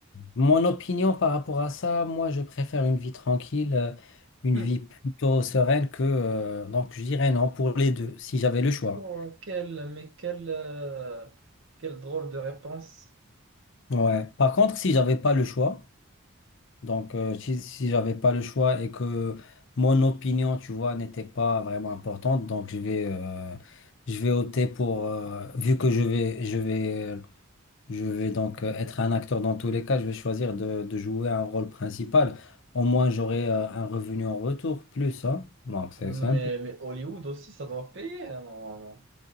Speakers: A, on the left (about 55°); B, on the right (about 60°).
A: mon opinion par rapport à ça, moi je préfère une vie tranquille, euh, une
B: Hmm.
A: vie plutôt sereine que... euh, donc je dirais non pour les deux, si j'avais le choix.
B: Oh, quel, mais quel, euh, quelle drôle de réponse.
A: Ouais. Par contre, si j'avais pas le choix... Donc, euh, si, si j'avais pas le choix et que mon opinion, tu vois, n'était pas vraiment importante, donc je vais, euh, je vais opter pour, euh, vu que je vais, je vais, euh, je vais donc euh, être un acteur dans tous les cas, je vais choisir de, de jouer un rôle principal. Au moins, j'aurai euh, un revenu en retour, plus, hein. Donc, c'est
B: Mais,
A: simple.
B: mais Hollywood aussi, ça doit payer. hein, normalement.